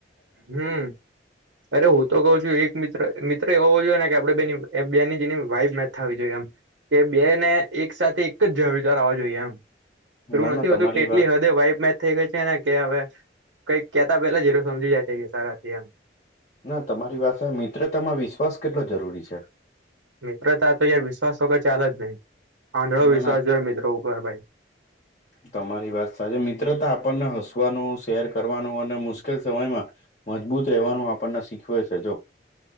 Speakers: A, on the right; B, on the left.
A: હમ. અરે હું તો કઉ છું એક મિત્ર-મિત્ર એવો હોવો જોઈએ ને કે આપણે બેની-બેની જેની વાઈબ મેચ થવી જોઈએ એમ. કે બે ને એક સાથે એક જ વિચાર આવવા જોઈએ એમ. <unintelligible> એવું
B: ના
A: નથી
B: ના
A: હોતું
B: તમારી
A: કેટલી
B: વાત
A: હદે વાઇબ મેચ. થઈ ગઈ છે ને કે હવે કંઈક કેતા પેલા જ એતો સમજી જાય છે સારા હતી એમ.
B: ના તમારી <unintelligible> મિત્રતામાં વિશ્વાસ કેટલો જરૂરી છે.
A: મિત્રતા તો અહીયા વિશ્વાસ વગર ચાલે જ નહી. આંધળો
B: ના
A: વિશ્વાસ
B: ના
A: જોઇયે મિત્રો ઉપર ભાઈ.
B: તમારી વાત સાચી. મિત્રતા આપણને હસવાનું, શેર કરવાનું અને મુશ્કેલ સમયમાં મજબૂત રહેવાનું આપણને શીખવે છે જો.